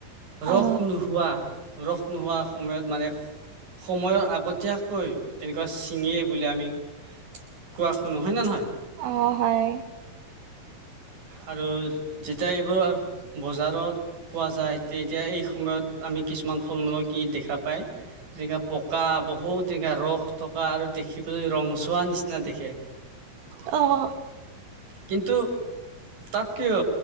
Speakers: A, on the right; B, on the right.
A: ৰস
B: অ
A: নোহোৱা, ৰস নোহোৱা সময়ত মানে সময়ৰ আগতীয়াকৈ তেনেকুৱা ছিঙে বুলি আমি কোৱা শুনো হয় নে নহয়?
B: অ হয়
A: আৰু যেতিয়া এইবোৰ বজাৰত পোৱা যায়, তেতিয়া এই সময়ত আমি কিছুমান ফল-মূলক কি দেখা পায় যে পকা বহুত এনেকুৱা ৰস থকা আৰু দেখিবলৈ ৰংচোৱা নিচিনা দেখে।
B: অহ।
A: কিন্তু তাত কিয়